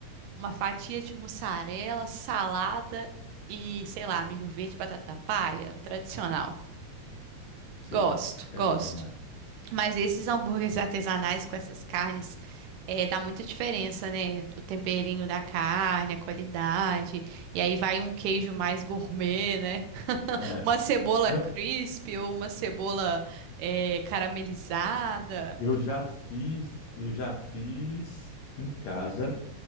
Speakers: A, on the right; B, on the left.
A: uma fatia de mussarela, salada e, sei lá, milho verde, batata palha, tradicional.
B: sei.
A: Gosto,
B: É
A: gosto.
B: bom demais.
A: Mas esses hambúrgueres artesanais com essas carnes, eh, dá muita diferença, né? O temperinho da carne, a qualidade. E aí vai um queijo mais gourmet, né? <laughs>
B: É.
A: Uma cebola
B: Não,
A: crisp ou uma cebola, eh, caramelizada.
B: eu já fiz, eu já fiz em casa